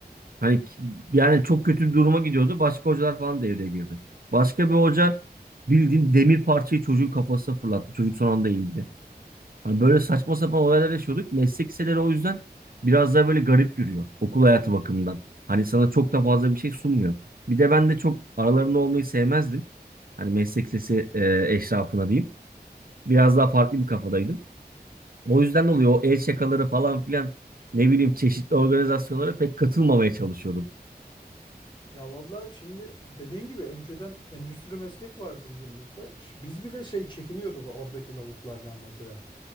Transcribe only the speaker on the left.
Ya vallahi şimdi dediğin gibi önceden endüstri meslek vardı bizim burada. Ş- Biz bile şey çekiniyorduk oradaki lavuklardan mesela.